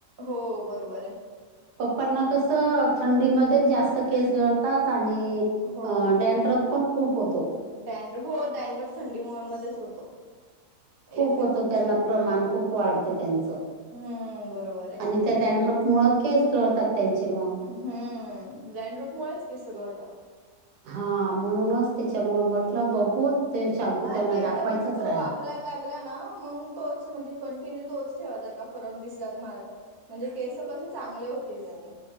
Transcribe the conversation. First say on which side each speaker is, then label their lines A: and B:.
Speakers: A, on the right (about 30°); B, on the right (about 85°).
A: हो बरोबर आहे.
B: पप्पांना कसं थंडीमध्ये जास्त केस गळतात आणि
A: हो
B: अ डॅनड्रप पण खूप होतो.
A: डॅनड्र हो डॅड्रोफ थंडीमुळ मध्येच होतो.
B: खूप
A: एरवी
B: होतो
A: होत
B: त्यांना
A: नाही
B: प्रमाण खूप वाढते त्यांच
A: हम्म बरोबर आहे
B: आणि त्या डॅनड्फ मुळ केस गळतात त्यांचे मग.
A: हम्म डँड्रफ मुळेच केस गळतात
B: हा म्हणूनच त्याच्यामुळे म्हटलं बघू ते शॅम्पू
A: नाही
B: त्यांना
A: एकदा
B: दाखवायचंच
A: म्हणजे तो
B: राहिलं.
A: वापरायला हेला ना मग तोच म्हणजे कंटिन्यू तोच ठेवा जर का फरक दिसला तुम्हाला आता. म्हणजे केस कसे चांगले होतील त्यांने